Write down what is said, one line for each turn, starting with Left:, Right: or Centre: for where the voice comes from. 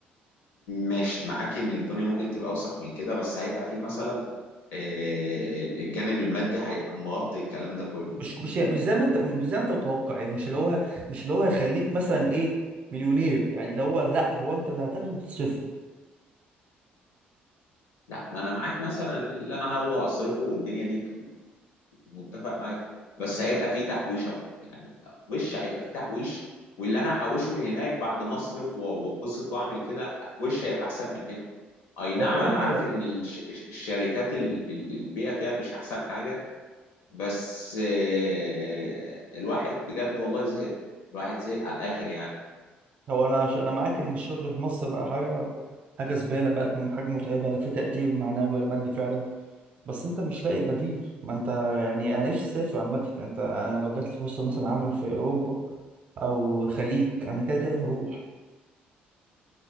Left: ماشي معاك ان الدنيا ممكن تبقى اوسخ من كده بس هيبقى فيه مثلا آه، الجانب المادي هيبقى مغطي الكلام ده كله
Right: مش مش مش زي ما انت مش زي ما انت متوقع يعني مش اللي هو مش اللي هو هيخليك مثلا ايه مليونير يعني اللي هو لا هو انت اللي هتاخده وتصرفه
Left: لا ما انا معاك مثلا اللي انا هاخده هصرفه والدنيا دي متفق معاك بس هيبقى فيه تحويشه برضه يعني وش هيبقى فيه تحويش واللي انا هحوشه من هناك بعد ما اصرف واتبسط واعمل كده وش هيبقى احسن من هنا اي نعم
Right: هو كده
Left: انا
Right: كده
Left: عارف ان الش- الشركات ال- ال- البيئه فيها مش احسن حاجه بس آه، الواحد بجد والله زهق الواحد زهق على الاخر يعني
Right: هو انا ش- انا معاك ان الشغل في مصر بقى حاجه حاجه زباله بقت م- حاجه متعبه لا في تقدير معنوي ولا مادي فعلا بس انت مش لاقي بديل ما انت يعني انا نفسي اسافر عامه يعني انت انا لو جات لي فرصه مثلا عمل في اوروبا او الخليج انا كده كده هروح